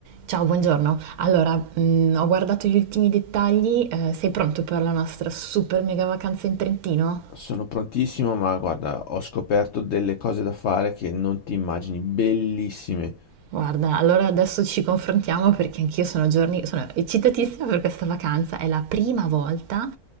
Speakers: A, on the right (about 75°); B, on the left (about 60°).
A: Ciao, buongiorno. Allora, mhmm, ho guardato gli ultimi dettagli, ehm, sei pronto per la nostra super mega vacanza in Trentino?
B: Sono prontissimo, ma guarda, ho scoperto delle cose da fare che non ti immagini, bellissime.
A: Guarda, allora adesso ci confrontiamo perché anch'io sono giorni sono eccitatissima per questa vacanza. È la prima volta,